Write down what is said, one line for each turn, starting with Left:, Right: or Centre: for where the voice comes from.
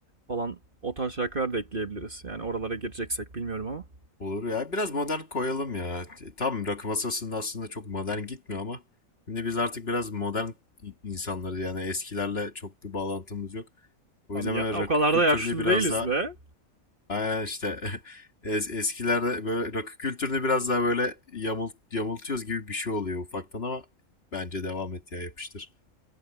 Right: falan o tarz şarkılar da ekleyebiliriz. Yani oralara gireceksek bilmiyorum ama.
Left: Olur ya. Biraz modern koyalım ya. Tam rakı masasında aslında çok modern gitmiyor ama şimdi biz artık biraz modern insanlarız yani eskilerle çok bir bağlantımız yok. O
Right: Tam
Left: yüzden
Right: ya,
Left: böyle rakı
Right: o kadar
Left: kültürünü
Right: da yaşlı
Left: biraz
Right: değiliz
Left: daha
Right: be.
Left: Aynen işte <laughs> es- eskilerde böyle rakı kültürünü biraz daha böyle yamult, yamultuyoruz gibi bir şey oluyor ufaktan ama bence devam et ya yapıştır.